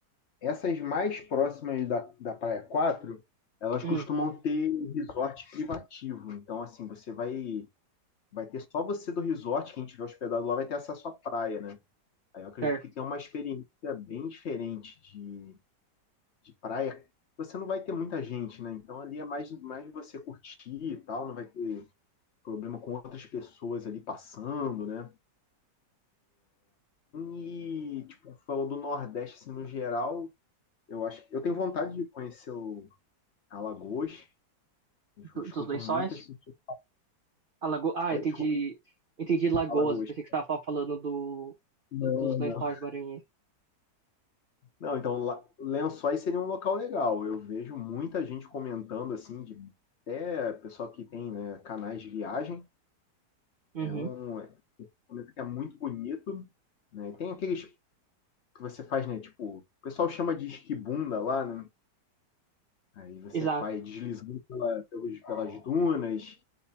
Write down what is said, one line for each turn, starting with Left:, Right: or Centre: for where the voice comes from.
Left: Essas mais próximas da, da praia 4, elas
Right: Hum,
Left: costumam ter resort privativo. Então, assim, você vai vai ter só você do resort, quem tiver hospedado lá vai ter acesso à praia, né? Aí eu acredito
Right: certo.
Left: que tem uma experiência bem diferente de de praia, você não vai ter muita gente, né, então ali é mais mais você curtir e tal, não vai ter problema com outras pessoas ali passando, né. E, tipo, falou do Nordeste, assim, no geral, eu acho que eu tenho vontade de conhecer o Alagoas, eu
Right: Do-
Left: escuto
Right: dos lençóis?
Left: muitas pessoas
Right: A lago... Ah,
Left: oi,
Right: entendi.
Left: desculpa?
Right: Entendi Lagoas.
Left: Alagoas.
Right: Eu pensei que você estava falando do...
Left: Não,
Right: do- dos lençóis
Left: não.
Right: maranhenses.
Left: Não, então lá- Lençóis seria um local legal. Eu vejo muita gente comentando assim, de até pessoal que tem, né, canais de viagem.
Right: Uhum,
Left: É um é, comenta que é muito bonito, né. Tem aqueles que você faz, né, tipo, o pessoal chama de esquibunda lá, né. Aí você
Right: exato.
Left: faz deslizando pela pelos pelas dunas.